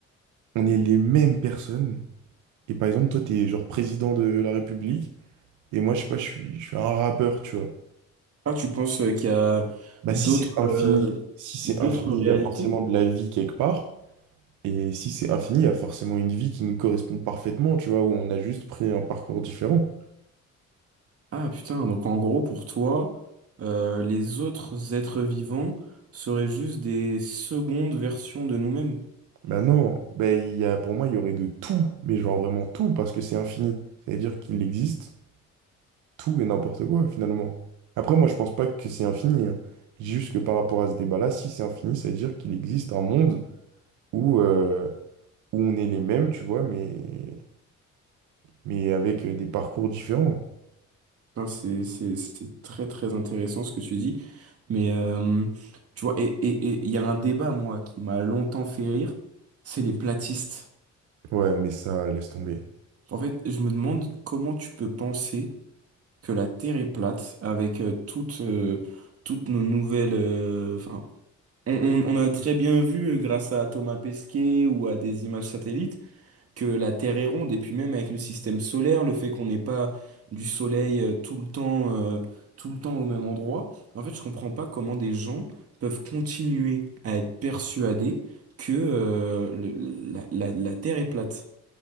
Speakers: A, on the right; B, on the right.
A: on est les mêmes personnes. Et par exemple, toi, t'es genre président de la République, et moi, je sais pas, je suis, je suis un rappeur, tu vois.
B: Ah, tu penses euh, qu'il y a
A: Bah,
B: d'autres
A: si c'est infini,
B: euh,
A: si c'est
B: d'autres
A: infini,
B: réalités?
A: il y a forcément de la vie quelque part. Et si c'est infini, il y a forcément une vie qui nous correspond parfaitement, tu vois, où on a juste pris un parcours différent.
B: Ah putain, donc en gros pour toi, euh, les autres êtres vivants seraient juste des secondes versions de nous-mêmes.
A: Bah non, bah, il y a, pour moi, il y aurait de tout, mais genre vraiment tout, parce que c'est infini. Ça veut dire qu'il existe tout et n'importe quoi, finalement. Après, moi, je pense pas que c'est infini. hein. Je dis Juste que par rapport à ce débat-là, si c'est infini, ça veut dire qu'il existe un monde où, euh, où on est les mêmes, tu vois, mais, mais avec euh, des parcours différents.
B: Non, C'est, c'est, c'est très très intéressant ce que tu dis. Mais euh, tu vois, et et- et il y a un débat, moi, qui m'a longtemps fait rire, c'est les platistes.
A: Ouais, mais ça, laisse tomber.
B: En fait, je me demande comment tu peux penser que la Terre est plate avec euh, toutes, euh, toutes nos nouvelles... euh, enfin, on, on- on a très bien vu, euh, grâce à Thomas Pesquet ou à des images satellites, que la Terre est ronde, et puis même avec le système solaire, le fait qu'on n'ait pas du soleil euh, tout le temps, euh, tout le temps au même endroit, en fait, je comprends pas comment des gens peuvent continuer à être persuadés que euh, le- la, la- la Terre est plate.